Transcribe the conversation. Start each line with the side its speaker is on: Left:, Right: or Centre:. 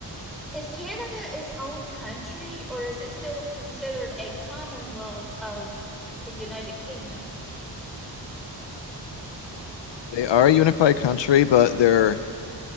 Centre: Is Canada its own country, or is it still considered a commonwealth of the United Kingdom?
Left: they are a unified country, but they're